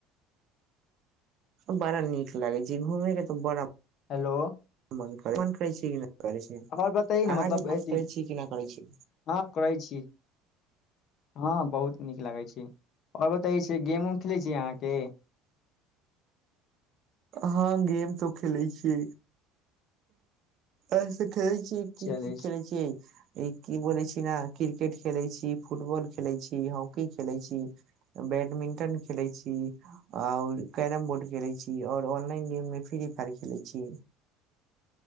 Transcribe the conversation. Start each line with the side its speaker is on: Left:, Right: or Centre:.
Right: बड़ा नीक लागे छै घूमे के तऽ बड़ा
Left: हेलो
Right: मन करै छी मन करै छी करै छै
Left: आओर बतै ने
Right: अहाँके
Left: मतलब
Right: मन
Left: अथी
Right: करै छी कि नहि करै छी
Left: हँ करै छी हँ बहुत नीक लागैत छी ओर बतै छी गेम उम खेलैत छी अहाँके
Right: हाँ गेम त खेलै छि ऐसे ख छै की
Left: चलै
Right: की खेल
Left: छी
Right: छै ई की बोलै छी ना की क्रिकेट खेलै छी फुटबॉल खेलै छी हॉकी खेलै छी बैडमिंटन खेलै छी आउर कैरम बोर्ड खेलै छी ओर ऑनलाइन गेम मे फ्री फायर खेले छी